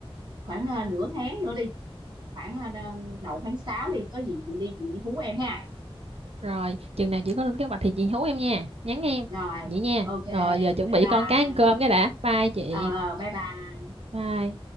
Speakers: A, on the right (about 50°); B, on the right (about 80°).
A: khoảng ờ, nửa tháng nữa đi khoảng ờ, đầu tháng 6 đi có gì chị đi chị hú em ha
B: rồi chừng nào chị có lên kế hoạch thì chị hú em nha nhắn em
A: rồi
B: vậy nha
A: ok
B: rồi giờ chuẩn
A: bye
B: bị
A: bye
B: con cái ăn cơm cái đã bye chị
A: ờ bye bye
B: bye